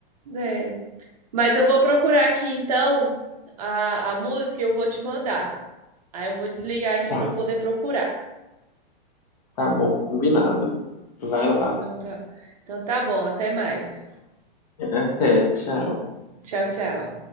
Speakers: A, on the right; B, on the left.
A: né? Mas eu vou procurar aqui então a, a música e eu vou te mandar. Aí eu vou desligar aqui
B: Tá,
A: para eu poder procurar.
B: tá bom, combinado. Vai lá.
A: Então tá, então tá bom, até mais.
B: Até, tchau.
A: Tchau, tchau.